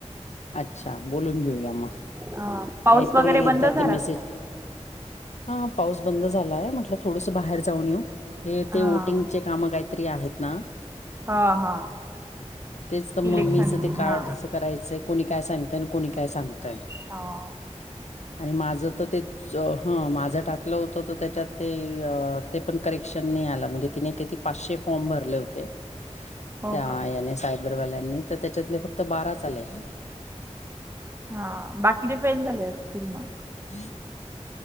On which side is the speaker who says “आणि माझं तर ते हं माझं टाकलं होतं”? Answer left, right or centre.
Left